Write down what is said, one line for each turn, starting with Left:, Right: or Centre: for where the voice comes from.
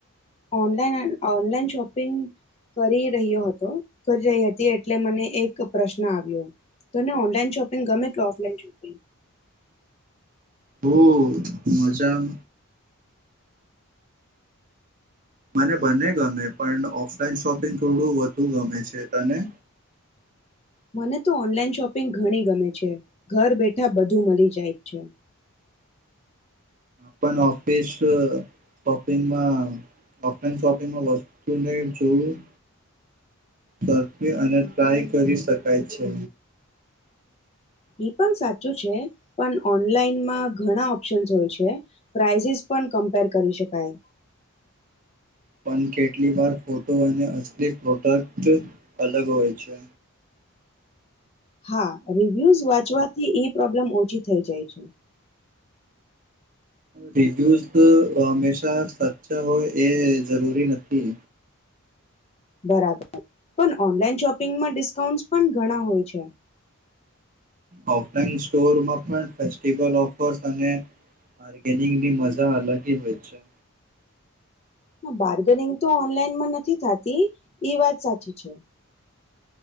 Left: ઓનલાઈન એન ઓનલાઈન શોપિંગ કરી રહ્યો હતો, કરી રહી હતી, એટલે મને એક પ્રશ્ન આવ્યો. તને ઓનલાઈન શોપિંગ ગમે કે ઓફલાઈન શોપિંગ.
Right: હઉહ મજામ. મને બંને ગમે પણ ઓફલાઈન શોપિંગ થોડું વધુ ગમે છે, તને?
Left: મને તો ઓનલાઈન શોપિંગ ઘણી ગમે છે, ઘર બેઠા બધું મળી જાય છે.
Right: પણ ઓફિસ અ શોપિંગમાં ઓફલાઈન શોપિંગમાં વસ્તુને જોયી ધક્કે અને ટ્રાય કરી શકાય છે.
Left: એ પન સાચું છે, પન ઓનલાઈનમાં ઘના ઓપ્શન્સ હોય છે, પ્રાઇઝીસ પણ કમ્પેર કરી શકાય.
Right: પન કેટલીક વાર ફોટો અને અસલી પ્રોટક્ટ છે, અલગ હોય છે.
Left: હા. રિવ્યુઝ વાંચવાથી ઈ પ્રોબ્લમ ઓછી થઈ જાય છે.
Right: રિવ્યુઝ તો હંમેશા સાચ્ચા હોય એ જરૂરી નથી.
Left: બરાબર, પન ઓનલાઈન શોપિંગમાં ડિસ્કાઉન્ટસ પન ઘણા હોય છે.
Right: ઓફલાઈન સ્ટોરમાં પણ ફેસ્ટિવલ ઓફર્સ અને બાર્ગેનિંગની મજા અલગેજ હોય છે.
Left: હા, બાર્ગનિંગ તો ઓનલાઈનમાં નથી થાતી, ઈ વાત સાચી છે.